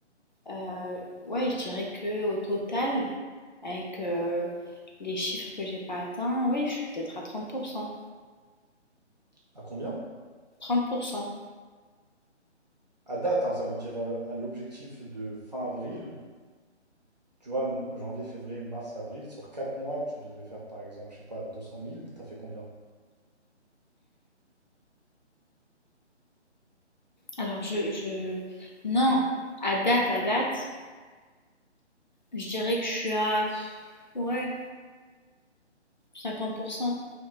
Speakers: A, on the left; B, on the right.
A: Euh, ouais, je dirais que au total, avec euh, les chiffres que j'ai pas atteints, oui, je suis peut-être à trente Trente pour cent.
B: À combien?
A: trente pour cent.
B: À date, hein, ça veut dire euh, à l'objectif de fin avril, tu vois, m- janvier, février, mars, avril, sur 4 mois, tu devais faire par exemple, je sais pas, deux cent mille. t'as fait combien?
A: Alors je, je... Non, à date, à date, je dirais que je suis à... pff, Ouais, 50%.